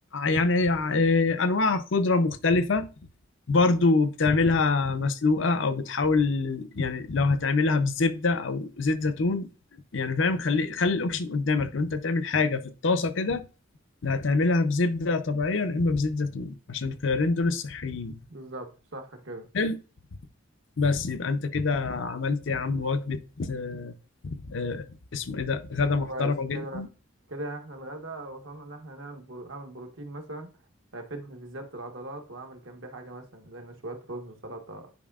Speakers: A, on the left; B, on the right.
A: يعني آه، آه، انواع خضرة مختلفة برضو بتعملها مسلوقة أو بتحاول يعني لو هتعملها بالزبدة أو زيت زيتون يعني فاهم خلي خلي الأوبشن قدامك لو أنت تعمل حاجة في الطاسة كده لا هتعملها بزبدة طبيعية يا إما بزيت زيتون عشان الخيارين دول الصحيين
B: بالظبط صح كده
A: حلو بس يبقى أنت كده عملت يا عم وجبة آه، آه، اسمه إيه ده غدا
B: طب
A: محترمة
B: كويس كده
A: جدا
B: كده يعني احنا الغدا وصلنا ان احنا نعمل برو... اعمل بروتين مثلا هيفيدني في زيادة العضلات واعمل جنبي حاجة مثلا زي إن شوية رز وسلطة